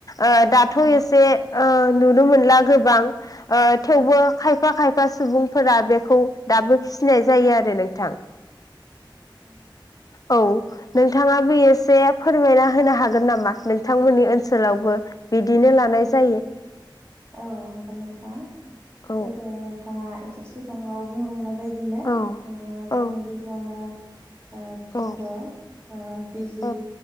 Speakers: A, on the left; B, on the right.
A: ओ दाथ'
B: औ
A: एसे ओ नुनो मोनला गोबां ओ थेवबो
B: औ
A: खायफा खायफा सुबुंफोरा बेखौ दाबो फिसिनाय जायो आरो नोंथां
B: नंगौ
A: औ नोंथाङा बे एस या फोरमायना होनो हागोन नामा नोंथांमोननि ओनसोलावबो बिदिनो लानाय जायो
B: औ हागोन नोंथां
A: औ
B: जेरै नोंथाङा एसे सिगाङाव बुंलांनाय बेबायदिनो
A: औ
B: ओ जों
A: औ
B: गिबियावनो <inaudible> ओ फिथौखौ
A: औ
B: ओ बिजि
A: औ